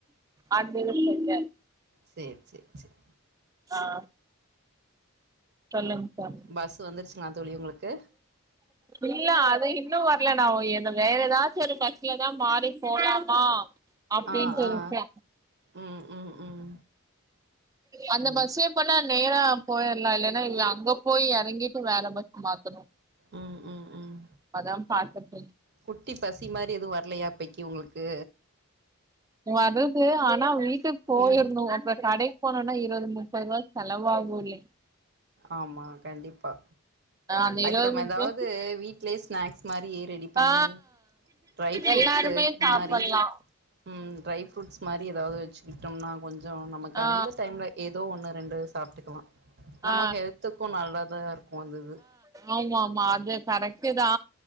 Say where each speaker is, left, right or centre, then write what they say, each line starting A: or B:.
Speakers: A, on the right; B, on the right.
A: அந்த வெளிய இருக்க
B: சேர் சேர் சேர்
A: அ ஆ சொல்லுங்க சார்
B: பஸ் வந்துருச்சுங்களா தோழி உங்களுக்கு
A: இல்ல அது இன்னும் வரல நா ஏது வேற ஏதாச்சும் ஒரு பஸ்லதான் மாறி போலாமா அப்டின்ட்டு
B: ஆ
A: இருக்கே
B: ஆ ம் ம் ம்
A: அந்த
B: ம்
A: பஸ்ஸு இப்பலா நேரா போயிரலா இல்லன்னா இல் அங்க போய் எறங்கிட்டு வேற பஸ் மாத்தணு
B: ம் ம் ம்
A: அதாம் பாத்துட்டுருந்
B: குட்டி பசி மாரி எதுவு வர்லையா இப்பக்கி உங்களுக்கு
A: வருது ஆனா வீட்டுக்கு போயிருணு
B: ம்
A: அப்ற கடைக் போனோனா இருவது முப்பது ரூவா செலவாகுல்லைங்
B: ஆமா கண்டிப்பா
A: ஆ அந்த
B: அதுக்கு
A: இருவது
B: நம்ம
A: முப்ப
B: எதாவ்து வீட்லயே ஸ்நாக்ஸ் மாரி ரெடி பண்ணி
A: ஆ
B: ட்ரை ஃப்ரூட்ஸ்
A: எல்லாருமே
B: இந்
A: சாப்பல்லா
B: மாரி ம் ட்ரை ஃப்ருட்ஸ் மாரி எதாவ்து வெச்சு விட்டோம்னா கொஞ்சொ நமக்கு
A: ஆ
B: அந்த டைம்ல ஏதோ ஒன்னு ரெண்டு சாப்ட்டுக்குலா நம்ம
A: ஆ
B: ஹெல்த்துக்கு நல்லதா இருக்கு அந்த இது
A: ஆமாமா அது கரெக்ட்டுதா